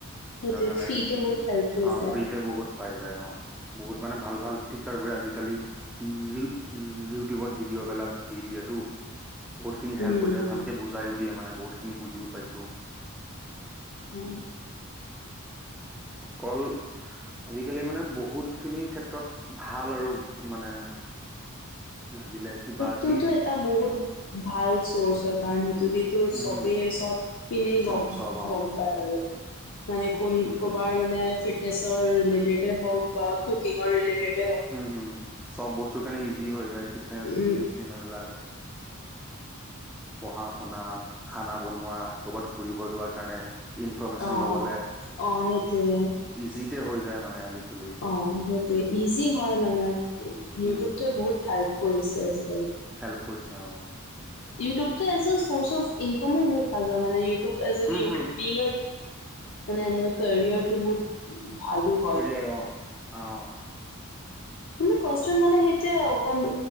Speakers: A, on the left (about 65°); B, in the centre.
A: সেইটোৱে
B: সেইটো কাৰণে
A: ফ্ৰীতে বহুত হেল্প হৈ
B: অ'
A: যায়।
B: ফ্ৰীতে বহুত পাই যায় অ'। বহুত মানে ভাল ভাল টিচাৰ বোৰে আজিকালি <unintelligible> ইউটিউবত ভিডিঅ' বিলাক দি দিয়েটো। বহুতখিনি হেল্প
A: উম
B: হৈ যায় ভালকে বুজাইও দিয়ে মানে বহুত বহুত খিনি বুজিও পাইছো।
A: উম।
B: কল আজিকালি মানে বহুত খিনি ক্ষেত্ৰত ভাল আৰু মানে লাগিলে কিবা
A: তাতো
B: যি
A: এটা বহুত ভাল কৰ্চৰ কাৰনে যদিতো
B: উম
A: চবেই
B: হম
A: চব পিনে
B: চব
A: গম
B: চব অ
A: গম পায় আৰু। মানে কোল
B: উম
A: কবাৰ মানে ফিত গেছৰ ৰিলেটেডে হওঁক বা কুকিংৰ ৰিলেটেড।
B: হুম হুম, চব বস্তুৰ কাৰনে ইজি হৈ যায়। ফিটনেছ
A: উম
B: জিম চিম এইবিলাক। পঢ়া শুনা। খানা বনোৱা, ক'ৰবাত ঘূৰিব যোৱাৰ কাৰণে। ইনফৰমেশ্যন
A: অ'
B: লবলে,
A: অ' সেইটোৱে
B: ইজিতে হৈ যায়। মানে আজিকালি।
A: অ' সেইটোয়ে ইজি হয় মানে। ইউটিউবটোৱে
B: উম,
A: বহুত সা কৰিছে আজি।
B: হেল্প কৰিছে অ'।
A: ইউটিউবটো এজ এ চৰ্চ অফ ইনকামো বহুত ভাল হয় মানে ই। YouTube as a
B: um,
A: YouTube
B: hmm,
A: ই মানে এনে কেৰিয়াৰটো বহুত। ভালো হয়
B: কেৰিয়াৰ অহ অহ।
A: কিন্তু ফাৰ্ষ মানে সেইটোয়ে অকণ।